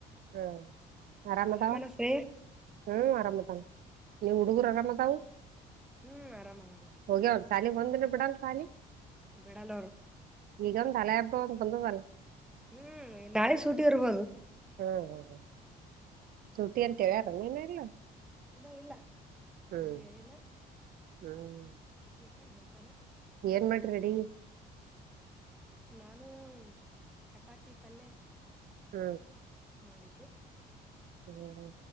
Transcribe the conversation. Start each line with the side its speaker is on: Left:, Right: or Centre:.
Right: ಹ್ಮ್ ಆರಾಮದಾ
Centre: ಆರಾಮನ ಶ್ರೇಯ
Right: ಹ್ಮ್ ಆರಾಮದಾ ನೀವು ಹುಡುಗರ
Centre: ಹ್ಮ್
Right: ಅರಾಮ ಅದವು
Centre: ಹ್ಮ್ ಆರಾಮ ಅದಾರ
Right: ಹೋಗ್ಯ ಒಂದ ಸಾಲಿ ಒಂದಿನ ಬಿಡಲ್ ಸಾಲಿ
Centre: ಬಿಡಲ್ಲ ಅವ್ರು
Right: ಈಗ ಒಂದ ಹಳೆ ಹಬ್ಬ ಅಂತ ಬಂದವಲ್ಲ
Centre: ಹ್ಮ್ ನಾಳಿ ಸೂಟಿ ಇರ್ಬೋದು
Right: ಹ್ಮ್ ಹ್ಮ್ ಹ್ಮ್ ಸುಟಿ ಅಂತಂತವಾರ ನೀನು ಇಲ್ಲ
Centre: ಇನ್ನ ಇಲ್ಲ
Right: ಹ್ಮ್
Centre: ಇನ್ನ ಹೇಳಿಲ್ಲ
Right: ಹ್ಮ್
Centre: ತೀರ್ಥನ್ ಬಿಡ್ತಾರೆ
Right: ಏನ್ ಮಾಡ್ರಿಡಿ
Centre: ನಾನು ಚಪಾತಿ ಅಲ್ಲೇ
Right: ಹ್ಮ್
Centre: ಮಾಡಿಗೆ
Right: ಹ್ಮ್